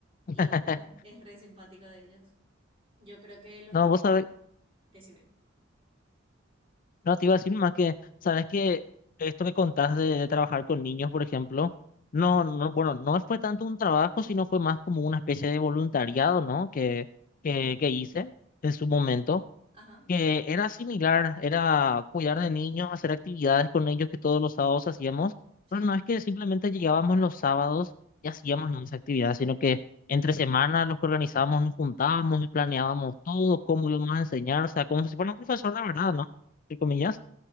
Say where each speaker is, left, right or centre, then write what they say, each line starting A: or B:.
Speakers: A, on the right (about 30°); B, on the left (about 45°).
A: y
B: <laughs>
A: es, es re simpático de ellos. Yo creo que los
B: No,
A: niños,
B: vos sabés,
A: decime.
B: no te iba a decir más que, sabes que esto que contás de, de trabajar con niños, por ejemplo, no, no, bueno, no fue tanto un trabajo, sino fue más como una especie de voluntariado, ¿no? Que, que, que hice en su momento.
A: Ajá.
B: que era similar, era cuidar de niños, hacer actividades con ellos que todos los sábados hacíamos,
A: sí
B: pero no es que simplemente llegábamos los sábados y hacíamos ¿no? esa actividad, sino que entre semanas los que organizábamos nos juntábamos y planeábamos todo, cómo íbamos a enseñar, o sea, como si fuera un profesor de verdad, ¿no? Entre comillas,